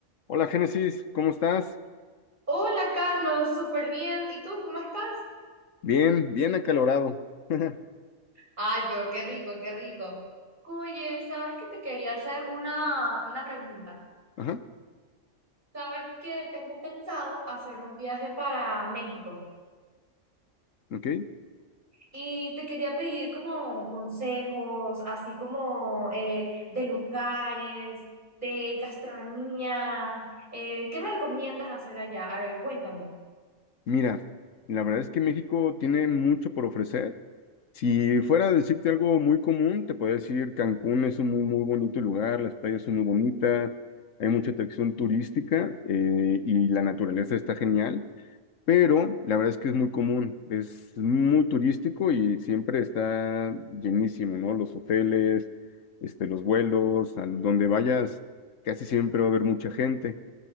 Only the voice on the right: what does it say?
Hola Carlos, súper bien. ¿Y tú cómo estás?
Ay, pero qué rico, qué rico. Oye, ¿sabes que te quería hacer una, una pregunta?
¿Sabes que tengo pensado hacer un viaje para México?
Y te quería pedir como consejos, así como eh, de lugares, de gastronomía. eh, ¿qué me recomiendas hacer allá? A ver, cuéntame.